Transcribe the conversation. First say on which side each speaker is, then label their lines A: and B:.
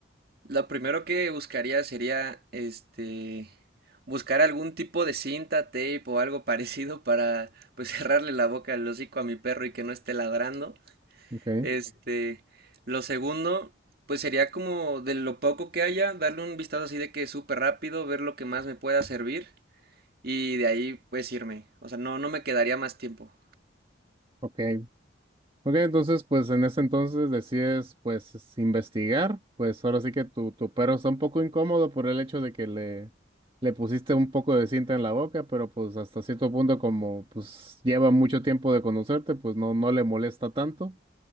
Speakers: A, on the right; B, on the right.
A: Lo primero que buscaría sería, este, buscar algún tipo de cinta, tape o algo <laughs> parecido para, pues, <laughs> cerrarle la boca, al hocico a mi perro y que no esté ladrando.
B: Okay,
A: Este, lo segundo, pues, sería como de lo poco que haya, darle un vistazo así de que súper rápido, ver lo que más me pueda servir y de ahí, pues, irme. O sea, no, no me quedaría más tiempo.
B: ok. Ok, entonces, pues en ese entonces decides, pues, es- investigar. Pues ahora sí que tu, tu perro está un poco incómodo por el hecho de que le, le pusiste un poco de cinta en la boca, pero pues hasta cierto punto, como pues lleva mucho tiempo de conocerte, pues no, no le molesta tanto.